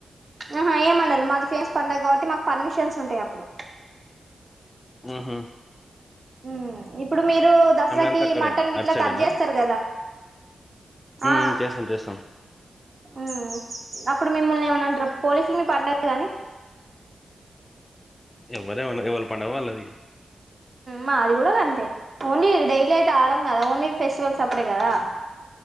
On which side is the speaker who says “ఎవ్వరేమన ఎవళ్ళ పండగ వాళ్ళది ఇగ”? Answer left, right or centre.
Left